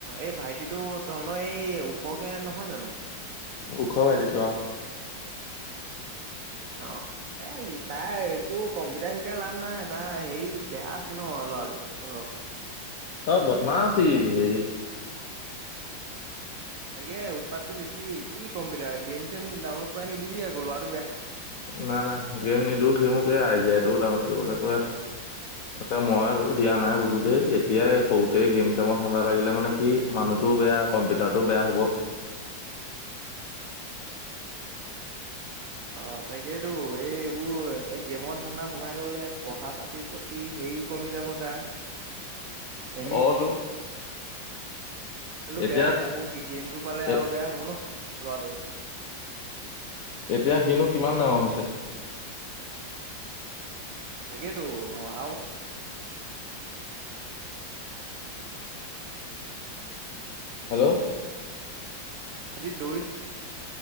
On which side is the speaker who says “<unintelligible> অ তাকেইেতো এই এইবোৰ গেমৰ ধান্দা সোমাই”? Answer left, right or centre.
Right